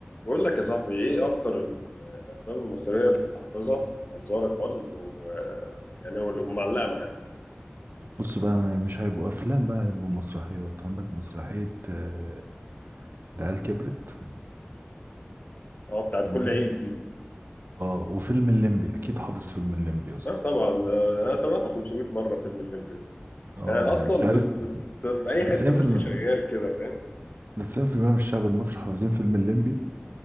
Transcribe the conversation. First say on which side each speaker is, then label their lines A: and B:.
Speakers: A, on the left (about 45°); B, on the right (about 60°).
A: بقول لك يا صاحبي ايه اكتر ال- الافلام المصريه اللي أنا حافظها انظار قلب و يعني هو اللي معلقه معايا
B: بص بقى مش هيبقوا افلام بقى هيبقوا مسرحيات عندك مسرحية آه، العيال كبرت
A: اه بتاعت
B: تمام
A: كل عيد دي
B: اه وفيلم الليمبي اكيد حافظ فيلم الليمبي يا اسطى
A: اه طبعا ده انا سمعته 500 مره فيلم الليمبي ده
B: اه
A: يعني اصلا
B: يعني مش عارف
A: بت- في اي
B: ده
A: حته
B: 90%
A: بتلاقيه شغال كده فاهم
B: ده 90% من الشعب المصري حافظين فيلم الليمبي